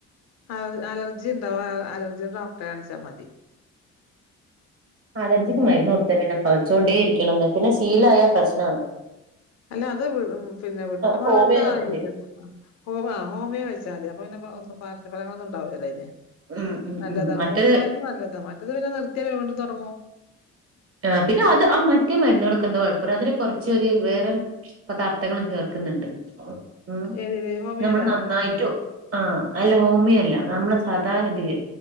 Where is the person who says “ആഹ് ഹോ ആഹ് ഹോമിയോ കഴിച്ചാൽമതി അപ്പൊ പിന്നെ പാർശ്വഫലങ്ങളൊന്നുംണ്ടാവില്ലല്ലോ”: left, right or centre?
Left